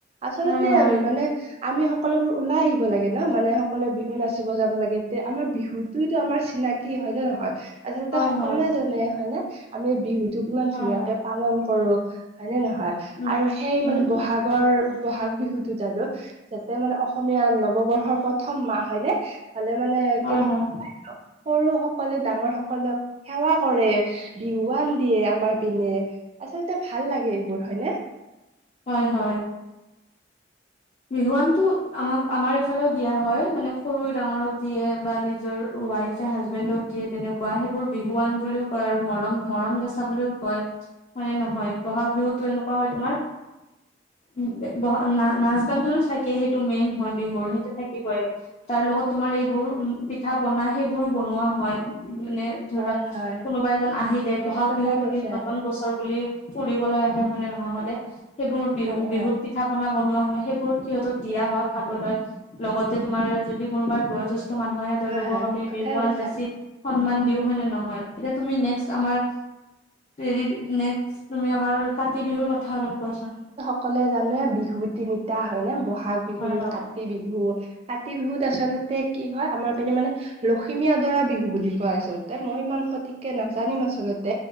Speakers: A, on the right; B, on the left.
A: আচলতে
B: হয় হয়
A: মানে, আমি সকলোবোৰ ওলাই আহিব লাগে ন মানে, সকলোৱে বিহু নাচিব যাব লাগে। তে আমাৰ বিহুততো আমাৰ চিনাকি হয় নে নহয়, আচলতে
B: হয়
A: সকলোৱে
B: হয়
A: জানে হয় নে। আমি বিহুতটো কিমান
B: হয়
A: ধুনীয়াকে
B: হয়
A: পালন কৰো, হয়নেে নহয়
B: উম
A: আৰু সেই
B: উম
A: মানে
B: উম
A: বহাগ ৰ বহাগ বিহুতোত আৰু যাতে মানে অসমীয়া নৱবৰ্ষৰ প্ৰথম মাহ হয়নে হ'লে মানে
B: হয়
A: কেনেকুৱা
B: হয়
A: সৰু সকলে ডাঙৰ সকলক সেৱা কৰে। বিহুৱান দিয়ে আমাৰ পিনে। আচলতে ভাল লাগে এইবোৰ হয় নে?
B: হয় হয়। বিহুৱানতটো আমাক আমাৰ ইফালেও দিয়া হয় মানে, সৰু ডাঙৰক দিয়ে বা নিজৰ ৱাইফ ফে হাজবেণ্ডক দিয়ে তেনেকুৱা, সেইবোৰ বিহুৱান বুলিও কয় আৰু মৰম মৰম জচা বুলিও কয়। হয় নে নহয়? বহাগ বিহুতো এনেকুৱা হয় তোমাৰ উ ব না নাচ গান তো চাই সেইটো মেইন হয় বিহুৰ, সেইটো থাকে। কি কয় তাৰ লগত তোমাৰ এইবোৰ পিঠা পনা সেইবোৰো বনোৱা হয়। মানে ধৰি
A: হয়
B: লোৱা
A: হয়
B: কোনোবা এজন আহিলে
A: ঠিক
B: ব'হাগ
A: কথা
B: বিহু
A: কৈছা
B: বুলি নতুন বছৰ বুলি ফুৰিবলৈ আহে হয়নে <unintelligible> নহলে সেইবোৰ বিহু
A: হয়
B: বিহুত
A: হয়
B: পিঠা পনা বনোৱা হয় সেইব বোৰ সিহঁতক দিয়া হয় খাবলৈ, লগতে তোমাৰ যদি কোনোবা বয়োজেষ্ঠ মানুহ আহে। তেওঁলোকক
A: হয় হয়
B: আমি
A: ঠিক কথাই
B: বিহুৱান
A: কৈছা
B: যাচি সন্মান দিও হয় নে নহয়, এতিয়া তুমি নেক্সট আমাৰ <unintelligible> নেক্সট তুমি আমাৰ কাতি বিহুৰ কথা অলপ কোৱাচোন।
A: অকলে জানো এ বিহু তিনিটা হয় নে, ব'হাগ বিহু,
B: হয় হয়
A: কাতি বিহু বিহু কাতি বিহুত আচলতে কি হয়, আমাৰ পিনে মানে লখিমী আদৰা বিহু বুলি কয় আচলতে, মই ইমান সঠিককে নাজানিম আচলতে